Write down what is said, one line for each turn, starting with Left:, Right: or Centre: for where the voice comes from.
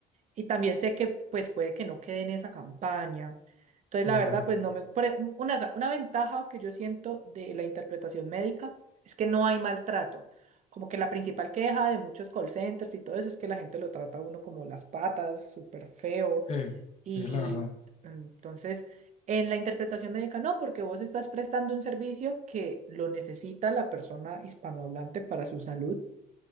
Right: Y también sé que pues puede que no quede en esa campaña. Entonces,
Left: claro,
Right: la verdad, pues no me... por e- una, una ventaja que yo siento de la interpretación médica es que no hay maltrato. Como que la principal queja de muchos call centers y todo eso es que la gente lo trata a uno como las patas, súper feo.
Left: sí,
Right: Y
Left: sí, es la verdad,
Right: entonces, en la interpretación médica, no, porque vos estás prestando un servicio que lo necesita la persona hispanohablante para su salud.